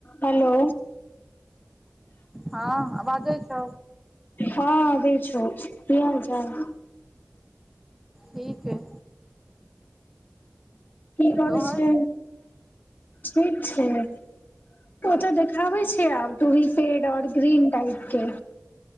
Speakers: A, on the left; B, in the centre.
A: Hello
B: हँ बाजै छौ
A: हँभी छ की हालचाल
B: ठीक हइ
A: की कहय
B: तोहर
A: छै ठीक छै ओ तऽ देखाबै छै आब ूी फेड ओर ग्रीन टाइप के